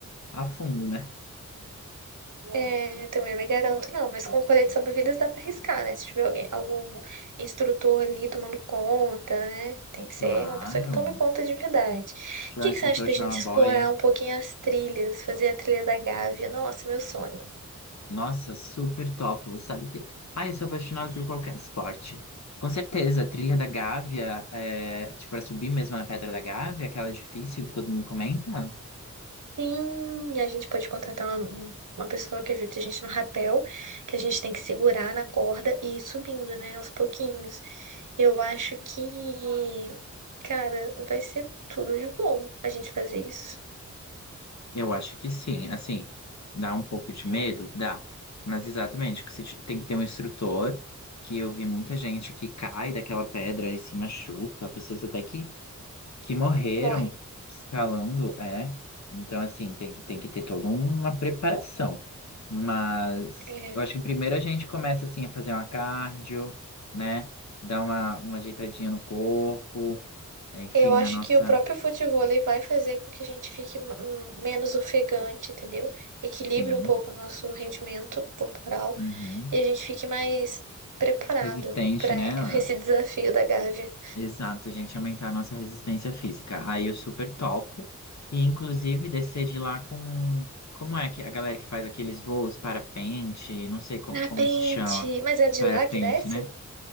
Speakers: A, on the left; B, on the right.
A: A fundo, né?
B: É, também não me garanto, não, mas com colete salva-vidas dá pra arriscar, né? Se tiver alguém, algum instrutor ali tomando conta, né? Tem que
A: Claro.
B: ser uma pessoa que tome conta de verdade.
A: Tirar
B: O que
A: um instrutor,
B: que você acha da
A: tirar
B: gente
A: uma boia.
B: explorar um pouquinho as trilhas, fazer a trilha da Gávea? Nossa, meu sonho.
A: Nossa, super top. Sabe o que? Ah, eu sou apaixonado por qualquer esporte. Com certeza, a trilha da Gávea, é, tipo, pra subir mesmo na Pedra da Gávea, aquela difícil que todo mundo comenta.
B: Sim, a gente pode contratar uma, um- uma pessoa que ajude a gente no rapel, que a gente tem que segurar na corda e ir subindo, né? Aos pouquinhos. Eu acho que, cara, vai ser tudo de bom a gente fazer isso.
A: Eu acho que sim. Assim, dá um pouco de medo? Dá. Mas exatamente, que você te- tem que ter um instrutor, que eu vi muita gente que cai daquela pedra e se machuca, pessoas até que, que morreram
B: morrem.
A: escalando, é. Então, assim, tem que, tem que ter toda uma preparação. Mas
B: É.
A: eu acho que primeiro a gente começa, assim, a fazer uma cardio, né? Dar uma, uma ajeitadinha no corpo, enfim,
B: Eu acho
A: na nossa...
B: que o próprio futevôlei vai fazer com que a gente fique hum, menos ofegante, entendeu? Equilibre
A: Sim.
B: um pouco o nosso rendimento corporal
A: Uhum.
B: e a gente fique mais preparado
A: Resistente,
B: para <laughs>
A: né?
B: esse desafio da Gávea.
A: Exato, a gente aumentar a nossa resistência física. Aí eu super topo. E inclusive descer de lá com. Como é que a galera que faz aqueles voos parapente, não sei como,
B: Ah,
A: como
B: Pente,
A: se chama.
B: Mas é de
A: Parapente,
B: lá que desce?
A: né?